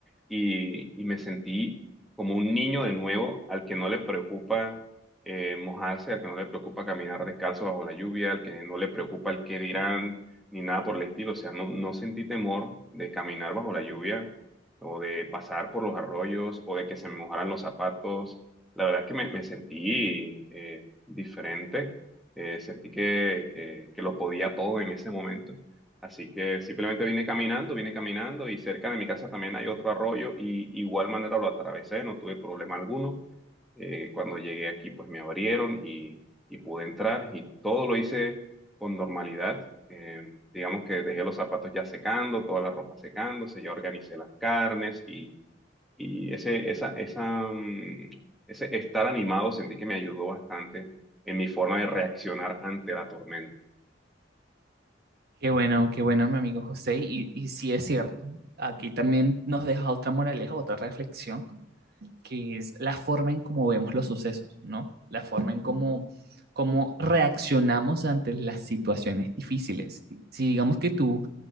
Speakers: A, in the centre; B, on the right.
A: Y, y me sentí como un niño de nuevo al que no le preocupa eh, mojarse, al que no le preocupa caminar descalzo bajo la lluvia, al que no le preocupa el qué dirán, ni nada por el estilo. O sea, no, no sentí temor de caminar bajo la lluvia o de pasar por los arroyos o de que se me mojaran los zapatos. La verdad es que me, me sentí eh, diferente, eh, sentí que, que, que lo podía todo en ese momento. Así que simplemente vine caminando, vine caminando y cerca de mi casa también hay otro arroyo y igual manera lo atravesé, no tuve problema alguno. Eh, cuando llegué aquí pues me abrieron y, y pude entrar y todo lo hice con normalidad. Eh, digamos que dejé los zapatos ya secando, toda la ropa secándose, ya organicé las carnes y, y ese, esa, esa, mm, ese estar animado sentí que me ayudó bastante en mi forma de reaccionar ante la tormenta.
B: Qué bueno, qué bueno, mi amigo José, y, y sí es cierto. Aquí también nos deja otra moraleja, otra reflexión, que es la forma en cómo vemos los sucesos, ¿no? La forma en cómo, cómo reaccionamos ante las situaciones difíciles. Si si digamos que tú